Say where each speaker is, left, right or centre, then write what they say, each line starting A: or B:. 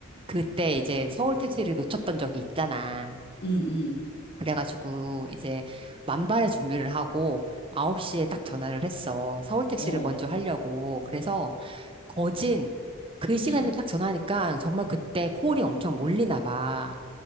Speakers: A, on the right (about 25°); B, on the left (about 50°).
A: 그때 이제 서울 택시를 놓쳤던 적이 있잖아.
B: 음, 음,
A: 그래가지고, 이제, 만발의 준비를 하고, 9시에 딱 전화를 했어. 서울 택시를
B: 어,
A: 먼저 하려고. 그래서, 거진, 그 시간에
B: 음.
A: 딱 전화하니까, 정말 그때 콜이 엄청 몰리나 봐.